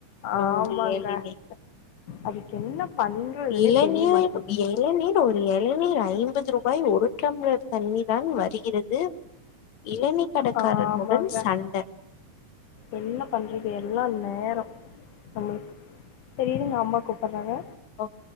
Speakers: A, on the left; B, on the left.
A: நொங்கு
B: ஆமாங்க
A: இளநி
B: அதுக்கு என்ன பண்றதுன்னே
A: இளநீர்
B: தெரிய மாட்டேதுங்க
A: இளநீர் ஒரு எளநீர் ஐம்பது ருபாய் ஒரு டம்ளர் தண்ணி தான் வருகிறது இளநி கடக்காரனுடன்
B: ஆமாங்க
A: சண்ட
B: என்ன பண்றது எல்லா நேரோ நம்ளு செரி இருங்க அம்மா கூப்பட்றாங்க
A: ஓக்கே